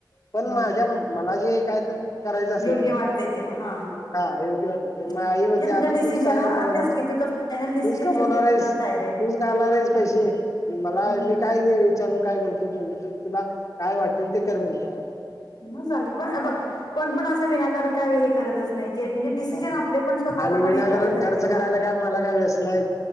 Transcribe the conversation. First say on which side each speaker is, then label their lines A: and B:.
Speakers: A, on the left (about 45°); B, on the left (about 60°).
A: पण
B: हम्म
A: माझ्या मला जे काय तर करायचं असल
B: योग्य वाटतंय ते हा
A: हा योग्य
B: हम्म
A: म आई म्हणते,
B: जे
A: आता
B: तुझं डिसिजन
A: तूच काय
B: हा
A: कमावणार
B: तेच
A: तूच,
B: की तुझं फायनल डिसिजन
A: कमवणार
B: शेवटी
A: आहेस.
B: तुझाच आहे रे
A: तूच घालणार आहेस पैसे, मला
B: हम्म
A: मी काय घे विचारून काय कर- म्ह तुला काय वाटेल ते, कर म्हणत्या आई.
B: मग झाली, ह बघ कोण पण असं विनाकारण काय हे करतच नाही. म्हणजे डिसीजन
A: हा
B: आपले पण स्वतःला
A: आणि
B: पण
A: विनाकारण
B: येतातच रे
A: खर्च
B: घेता.
A: करायला काय मला काय व्यसन आहेत